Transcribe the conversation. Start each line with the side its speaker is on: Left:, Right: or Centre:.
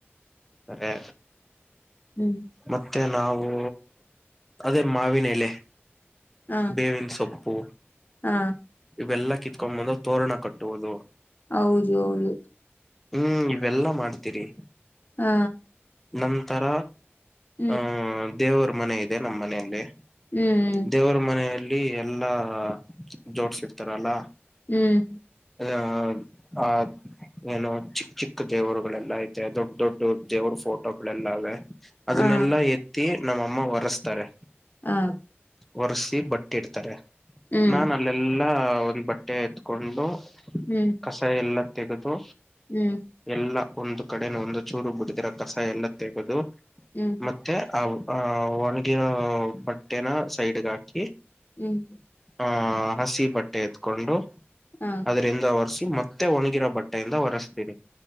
Centre: ಅರೆ
Left: ಹ್ಮ್
Centre: ಮತ್ತೆ ನಾವು ಅದೇ ಮಾವಿನ ಎಲೆ.
Left: ಹ
Centre: ಬೇವಿನ ಸೊಪ್ಪು
Left: ಹಾ
Centre: ಇವೆಲ್ಲಾ ಕಿತ್ಕೊಂಡ್ ಬಂದ ತೋರಣ ಕಟ್ಟುವುದು.
Left: ಹೌದು ಹೌದು
Centre: ಹ್ಮ್ ಇವೆಲ್ಲಾ ಮಾಡ್ತೀವಿ.
Left: ಹಾ
Centre: ನಂತರ
Left: ಹ್ಮ್
Centre: ಆಹ್ ದೇವ್ರ ಮನೆ ಇದೆ ನಮ್ಮ್ ಮನೆಯಲ್ಲಿ.
Left: ಹ್ಮ್
Centre: ದೇವರ ಮನೆಯಲ್ಲಿ ಎಲ್ಲಾ ಜೋಡ್ಸರ್ತಾರಲ್ಲ.
Left: ಹ್ಮ್
Centre: ಅ ಹ <unintelligible> ಏನೋ ಚಿಕ್ ಚಿಕ್ ದೇವರುಗಳೆಲ್ಲಾ ಐತೆ ದೊಡ್ ದೊಡ್ ದೇವ್ರ ಫೋ <unintelligible> ಅದನ್ನೆಲ್ಲಾ
Left: ಹಾ
Centre: ಎತ್ತಿ ನಮ್ಮಮ್ಮ ಹೊರೆಸ್ತಾರೆ.
Left: ಹಾ
Centre: ಒರ್ಸಿ ಬಟ್ ಇಡ್ತಾರೆ
Left: ಹ್ಮ್
Centre: ನಾನ ಅಲ್ಲೆಲ್ಲಾ ಒಂದ್ ಬಟ್ಟೆ ಎತ್ಕೊಂಡು
Left: ಹ್ಮ್
Centre: ಕಸ ಎಲ್ಲ ತೆಗೆದು
Left: ಹ್ಮ್
Centre: ಎಲ್ಲ ಒಂದು ಕಡೆನು ಒಂದು ಚೂರು ಬಿಡಿದಿರ ಕಸ ಎಲ್ಲ ತೆಗದು
Left: ಹ್ಮ್
Centre: ಮತ್ತೆ ಆವ್ ಆ ಹ ಒಣಗಿರೋ ಬಟ್ಟೆನ ಸೈಡ್ಗ ಹಾಕಿ
Left: <unintelligible>
Centre: ಆ ಹಸಿ ಬಟ್ಟೆ ಎತ್ಕೊಂಡು
Left: ಹಾ
Centre: ಅದ್ರಿಂದ ಒರೆಸಿ ಮತ್ತೆ ಒಣಗಿರೋ ಬಟ್ಟೆಯಿಂದ ಒರಸ್ತೀನಿ.